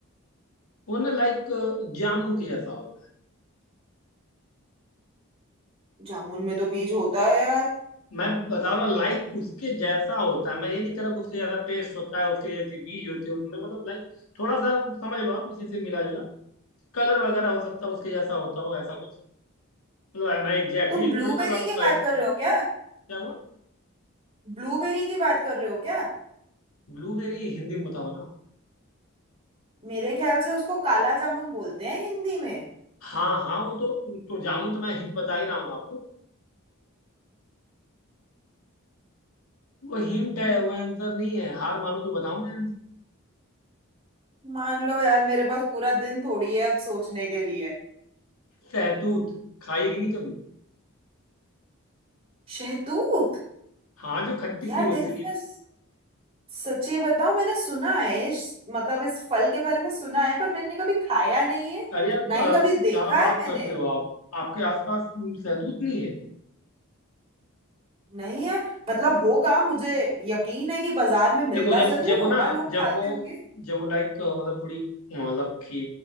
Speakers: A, on the left; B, on the right.
A: वो ना लाइक जामुन के जैसा होता है
B: जामुन में तो बीज होता है यार
A: मैं बता रहा हूँ लाइक उसके जैसा होता है मैं ये नहीं कह रहा कि उसके जैसा टेस्ट होता है उसके जैसे बीज होते हैं उसमें मतलब लाइक थोड़ा सा समझ लो आप उसी से मिला जुला कलर वगैरह हो सकता है उसके जैसा होता हो ऐसा कुछ मतलब है, मैं एग्जैक्टली
B: तुम
A: exactly
B: ब्लूबेरी
A: थोड़ी बता
B: की
A: दूंगा
B: बात
A: यार
B: कर रहे हो क्या
A: क्या हुआ
B: ब्लूबेरी की बात कर रहे हो क्या
A: ब्लूबेरी हिंदी में बताओ ना
B: मेरे ख्याल से उसको काला जामुन बोलते हैं हिंदी में
A: हाँ हाँ वो तो तो जामुन तो मैं हिंट बता ही रहा हूँ आपको वो हिंट है वो आंसर नहीं है हार मानो तो बताऊं मैं आंसर
B: मान लो यार मेरे पास पूरा दिन थोड़ी है अब सोचने के लिए
A: सहतूत खाइए कि नहीं कभी
B: शहतूत
A: हाँ जो खट्टी
B: यार
A: सी होती
B: देखो
A: है
B: बस सच्ची बताओ मैंने सुना है इस- मतलब इस फल के बारे में सुना है पर मैंने कभी खाया नहीं है
A: अरे यार अ,
B: ना ही कभी देखा
A: क्या बात
B: है मैंने
A: करते हो आप आपके आसपास सहतूत नहीं है
B: नहीं यार मतलब होगा मुझे यकीन है कि बाजार में मिलता
A: देखो जब
B: जरूर
A: जब वो
B: होगा
A: ना
B: लोग
A: जब
B: खाते
A: वो
B: होंगे
A: जब वो लाइक मतलब थोड़ी अ, मतलब कि